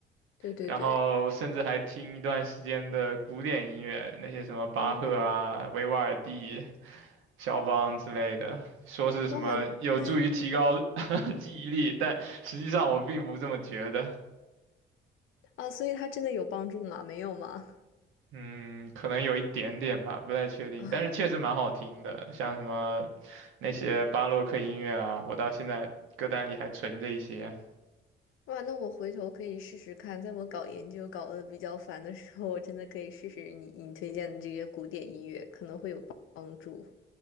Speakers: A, on the left; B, on the right.
A: 对对对，
B: 然后甚至还听一段时间的古典音乐，那些什么巴赫啊、
A: 嗯，
B: 维瓦尔第。肖邦之类的，说是什么有助于提高
A: 哇，那
B: <laughs> 记忆力，但实际上我并不这么觉得。
A: 啊，所以他真的有帮助吗？没有吗？
B: 嗯，可能有一点点吧，不太确定，
A: <laughs> 啊。
B: 但是确实蛮好听的，像什么那些巴洛克音乐啊，我到现在歌单里还存着一些。
A: 哇，那我回头可以试试看，在我搞研究搞得比较烦的时候，我真的可以试试你你推荐的这些古典音乐，可能会有帮助。